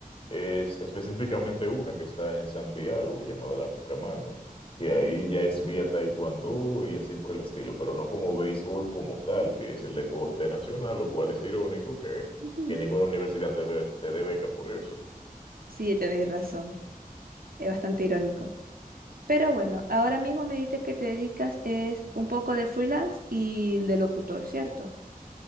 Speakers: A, on the left; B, on the right.
A: es específicamente una que está en Santiago, llamada la Pucamalma, que ahí ya es vía taekwondo y así por el estilo, pero no como béisbol como tal, que es el deporte nacional, lo cual es irónico que,
B: Ujú.
A: que ninguna universidad te, ve- te dé beca por eso.
B: Sí, tenéis razón. Es bastante irónico. Pero bueno, ahora mismo me dices que te dedicas es un poco de freelance y de locutor, ¿cierto?